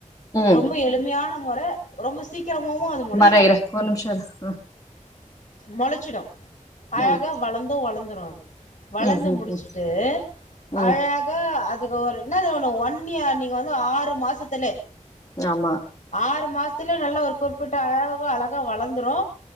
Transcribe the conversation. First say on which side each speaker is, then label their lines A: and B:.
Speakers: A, on the left; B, on the left.
A: ம் ம்
B: ரொம்ப எளிமையான மொற ரொம்ப சீக்கிரமாவு அது மொளச்சிடு
A: வரே இரு ஒரு நிமிஷோ இரு ஆ
B: மொளச்சிடு அழகா
A: ம்
B: வளந்து வளந்துரு அது வளந்து
A: ம் ம்
B: முடிச்சுட்டு
A: ம்
B: அழகா
A: ம்
B: அதுக்கு ஒரு என்ன ஒண்ணு ஒன்னியா நீங்க வந்து ஆறு மாசத்தலே
A: ஆமா
B: ஆறு மாசத்துல நல்லா ஒரு குறிப்பிட்ட அழவா அழகா வளந்துரு